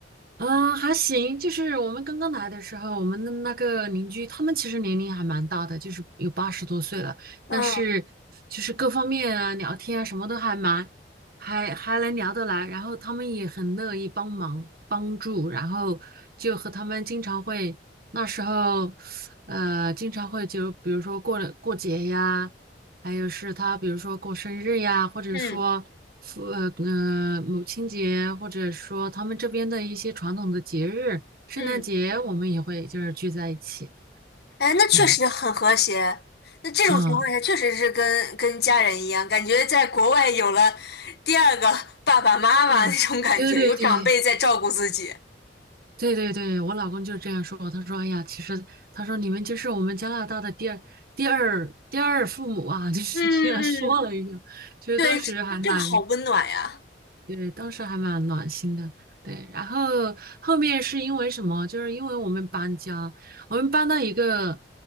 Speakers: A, on the right (about 55°); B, on the left (about 60°).
A: 嗯，还行，就是我们刚刚来的时候，我们的那个邻居，他们其实年龄还蛮大的，就是有八十多岁了，但是就是各方面啊，
B: 嗯
A: 聊天啊，什么都还蛮，还还能聊得来，然后他们也很乐意帮忙帮助，然后就和他们经常会，那时候，呃，经常会就比如说过了过节呀。还有是他比如说过生日呀，或者说父呃嗯、
B: 嗯
A: 母亲节，或者说他们这边的一些传统的节日，圣诞节我们也会就是聚在一起
B: 嗯。哎，那确实很和谐。
A: 这样子
B: 那这种情况下，
A: 啊。
B: 确实是跟跟家人一样，感觉在国外有了第二个 <laughs> 爸爸妈妈那种感觉，
A: 对对对
B: 有长辈在照顾自己。
A: 对对对对，我老公就这样说他说哎呀，其实他说你们就是我们加拿大的第二第二第二父母啊，<laughs> 就是这样说了一下，
B: 嗯嗯，
A: 其实当时还蛮
B: 对，这这个好温暖呀。
A: 对，当时还蛮暖心的。对，然后后面是因为什么？就是因为我们搬家，我们搬到一个